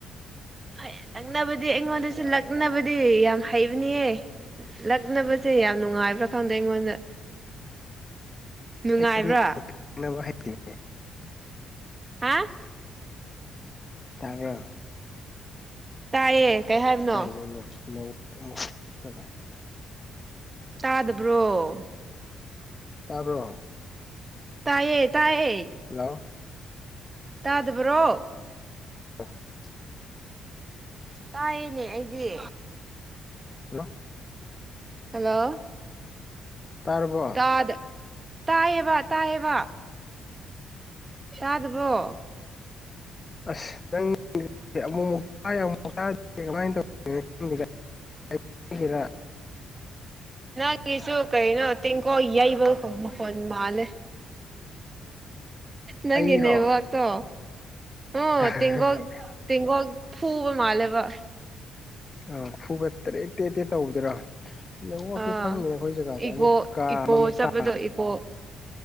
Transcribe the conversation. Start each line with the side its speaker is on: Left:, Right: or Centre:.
Right: ꯍꯩ ꯂꯛꯅꯕꯗꯤ ꯑꯩꯉꯣꯟꯗꯁꯨ ꯂꯛꯅꯕꯗꯤ ꯌꯥꯝ ꯍꯩꯕꯅꯤꯍꯦ ꯂꯛꯅꯕꯁꯦ ꯌꯥꯝ ꯅꯨꯡꯉꯥꯏꯕ꯭ꯔꯥ ꯈꯪꯗꯦ ꯑꯩꯉꯣꯟꯗ ꯅꯨꯡꯉꯥꯏꯕ꯭ꯔꯥ
Left: ꯑꯩꯗꯤ <unintelligible> ꯂꯛꯅꯕ ꯍꯩꯇꯦ
Right: ꯍꯥ
Left: ꯇꯥꯕ꯭ꯔꯥ
Right: ꯇꯥꯏꯌꯦ ꯀꯩ ꯍꯥꯏꯕꯅꯣ
Left: ꯀꯩꯅꯣ ꯅꯨ ꯅꯦꯠꯋꯥꯛ ꯃꯨꯠꯈ꯭ꯔꯕꯣ
Right: ꯇꯥꯗꯕ꯭ꯔꯣ
Left: ꯇꯥꯕ꯭ꯔꯣ
Right: ꯇꯥꯏꯌꯦ ꯇꯥꯏꯌꯦ
Left: ꯍꯜꯂꯣ
Right: ꯇꯥꯗꯕ꯭ꯔꯣ
Left: <unintelligible>
Right: ꯇꯥꯏꯌꯦꯅꯦ ꯑꯩꯗꯤ
Left: ꯍꯜꯂꯣ
Right: ꯍꯜꯂꯣ
Left: ꯇꯥꯔꯕꯣ ꯑꯣ
Right: ꯇꯥꯗ ꯇꯥꯏꯌꯦꯕ ꯇꯥꯏꯌꯦꯕ ꯇꯥꯗꯕꯣ
Left: ꯑꯁ ꯅꯪ ꯑꯃꯨꯛ ꯍꯥꯏ ꯑꯃꯨꯛ ꯍꯥꯏ ꯀꯃꯥꯏꯅ ꯇꯧ ꯑꯩꯒꯤꯔ
Right: ꯑꯩꯒꯤꯁꯨ ꯀꯩꯅꯣ ꯇꯦꯡꯀꯣ ꯌꯩꯕ ꯃꯈꯣꯜ ꯃꯥꯜꯂꯦ ꯅꯪꯒꯤ
Left: ꯑꯩꯔꯣ
Right: ꯅꯦꯠꯋꯥꯥꯛꯇꯣ ꯍꯣ
Left: ꯑꯥ
Right: ꯇꯦꯡꯒꯣꯠ ꯇꯦꯡꯒꯣꯠ ꯐꯨꯕ ꯃꯥꯂꯦꯕ
Left: ꯑ ꯐꯨꯒꯠꯇ꯭ꯔꯦ ꯇꯦ ꯗꯦꯠ ꯇꯧꯕꯗꯨꯔꯣ ꯅꯦꯠꯋꯥꯛꯁꯦ
Right: ꯑꯥ
Left: ꯈꯪꯅꯤꯅꯦ ꯑꯩꯈꯣꯏ ꯖꯒꯥꯁꯦ
Right: ꯏꯀꯣ
Left: ꯑꯃꯨꯛ ꯀꯥ
Right: ꯏꯀꯣ
Left: ꯑꯃꯃꯨꯛ
Right: ꯆꯠꯄꯗꯣ
Left: ꯇꯥ
Right: ꯏꯀꯣ